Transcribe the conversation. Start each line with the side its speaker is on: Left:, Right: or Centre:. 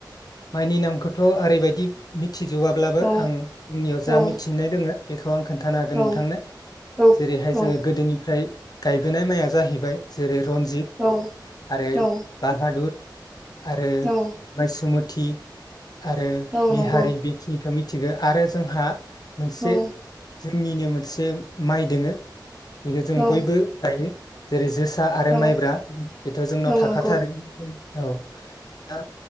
Left: माइनि नामखौथ' ओरैबायदि बि थिजोबाब्लाबो
Centre: औ
Left: आं नियाव
Centre: औ
Left: जा मिथिनाय दोङो खौ आं खोन्थानो हागोन
Centre: औ
Left: नोंथांनो
Centre: औ
Left: जेरैहाय
Centre: औ
Left: जोङो गोदोनिफ्राय गायबोनाय माइआ जाहैबाय जेरै रन्जित
Centre: औ
Left: आरो
Centre: औ
Left: बाहादुर आरो
Centre: औ
Left: माइ सुमुद थि आरो
Centre: औ
Left: बिहारि
Centre: नंगौ
Left: बिखि खो मिथिगो आरो जोंहा मोनसे
Centre: औ
Left: जोंनिनो मोनसे माइ दोङो बेखो जों
Centre: औ
Left: बयबो गायो जेरै जोस आ आरो
Centre: औ
Left: माइब्रा बेथ' जोंनाव
Centre: औ
Left: थाखाथारो
Centre: नंगौ
Left: औ दा